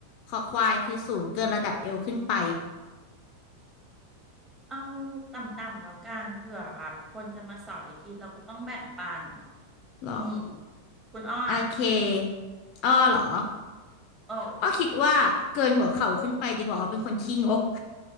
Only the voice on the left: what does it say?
คอควายคือสูงเกินระดับเอวขึ้นไป
หรอ
โอเคอ้อหรอ
อ้อคิดว่าเกินหัวเข่าขึ้นไปดีกว่าอ้อเป็นคนขี้งก <laughs>